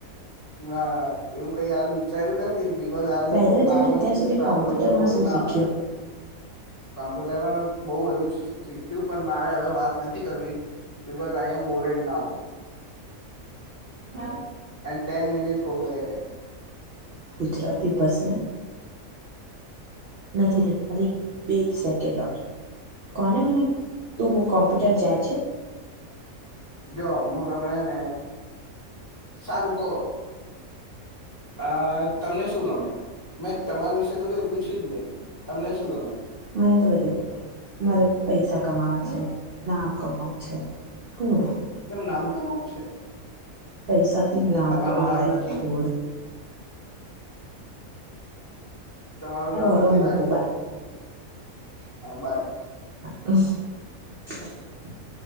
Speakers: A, on the left (about 20°); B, on the right (about 60°).
A: વારાય. એવું કઈ હાલ વિચાર્યું નથી બી
B: બાય ધ વે
A: નાનો
B: તમે અત્યાર
A: છૂ
B: સુધી
A: તો આટલું
B: કોમ્પ્યુટરમાં
A: બધું રોડ
B: શું
A: ના
B: શીખ્યું
A: થાય. કોમ્પ્યુટરમાં મેં બઉ બધું શીખ્યું પણ મારે હવે વાત નથી કરવી બ તાઈ એમ બોરેડ ના હો.
B: હા.
A: ટેન મિનિટ હો ગયે હૈ
B: ગુજરાતી બસ ને નથી થ ખાલી બીસ સેકન્ડર કોને મને તું કોમ્પ્યુટર જાય છે
A: જો હું તમેં ને સારું કહો આ તમને શું ગમે મેં તમારા વિશે તો કઈ પૂછ્યું જ નહી તમને શું ગમે
B: મને તો બધું ગમે મારે પૈસા કમાવા છે નામ કમાવું છે ઘણું બધું
A: કેમ નામ કમાવું છે
B: પૈસાથી જ નામ
A: તમારું
B: કમાવાય
A: નામ નથી
B: ડફોડ
A: તમારું નામ
B: હવે
A: નથી
B: હું મૂકું
A: રાખ્યું
B: બાય
A: હા બાય
B: <inaudible> <inaudible>